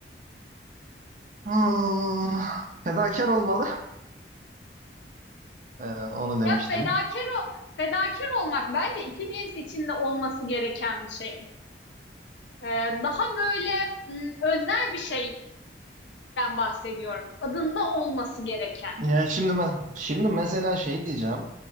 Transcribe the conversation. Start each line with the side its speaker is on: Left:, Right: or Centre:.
Right: Hmm, fedakar olmalı. Ee, onu demiştim.
Left: Ya fedakar o fedakar olmak bence iki cins içinde olması gereken bir şey. Ee, daha böyle m, öznel bir şeyden bahsediyorum. Adında olması gereken.
Right: Yani şimdi ben şimdi mesela şey diyeceğim.